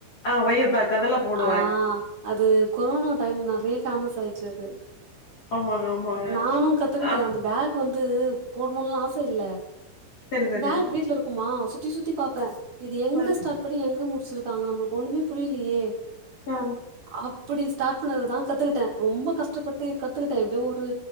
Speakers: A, on the left; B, on the right.
A: ஆ ஒயர் பேக் அதெல்லா போடுவே
B: ஆ அது கொரோனோ டைம் நறைய ஃபேமஸ் ஆச்சு அது
A: ஆமாங்க ஆமாங்க
B: நானும் கத்துக்கிட்டே
A: ஆ
B: அந்த ஃபேக் வந்து போட்ணுன்னு எல்லா ஆச இல்ல
A: சரி சரிங்க
B: ஃபேக் வீட்ல இருக்குமா சுத்தி சுத்தி பாப்பே இது எங்க
A: ஆ
B: ஸ்டாட் பண்ணி எங்க முடிச்சிருக்காங்க நம்மளுக்கு ஒன்னுமே புரியலையே
A: ஆ
B: அப் பிடி ஸ்டாட் பண்ணதுதா கத்துக்கிட்டே ரொம்ப கஷ்டப்பட்டு கத்துக்கிட்டே எப்டியோ ஒரு